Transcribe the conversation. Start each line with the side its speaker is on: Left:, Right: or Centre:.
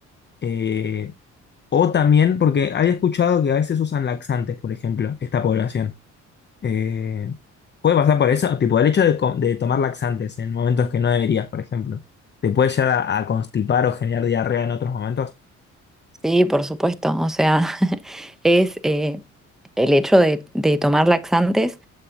Left: eh, o también, porque había escuchado que a veces usan laxantes, por ejemplo, esta población. Eh, puede pasar por eso, tipo el hecho de, co- de tomar laxantes en momentos que no deberías, por ejemplo. ¿Te puede llegar a, a constipar o generar diarrea en otros momentos?
Centre: Sí, por supuesto. O sea, <laughs> es eh, el hecho de, de tomar laxantes